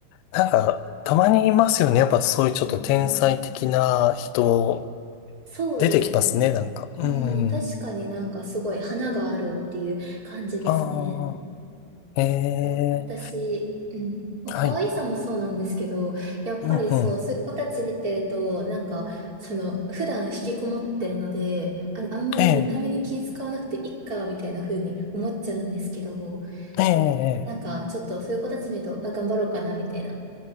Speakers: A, on the left; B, on the right.
A: なんか、たまにいますよね。やっぱそういうちょっと天才的な人、
B: うんうん。そうですね。
A: 出てきますね、なんか。うん。
B: うん、確かになんかすごい花があるっていう感じですね。
A: ああ。え
B: そう、私、
A: え。
B: うん。まあ、
A: はい。
B: 可愛さもそうなんですけど、やっぱりそう、
A: うんうん。
B: そういう子たち見てると、なんか、その、普段引きこもってるので、あの、あんまり見た目に気使わなくていいか、
A: ええ。
B: みたいな風に思っちゃうんですけど、
A: ええ。
B: そう、なんか、
A: え
B: ちょっとそういう子たち見ると、あ、頑張ろうかな、みたいな。